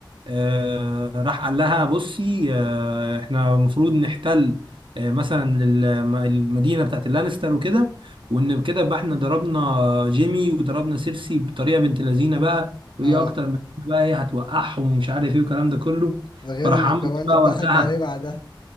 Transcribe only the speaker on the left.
اه
ده غير
انه
كمان
اتضحك
عليه بعدها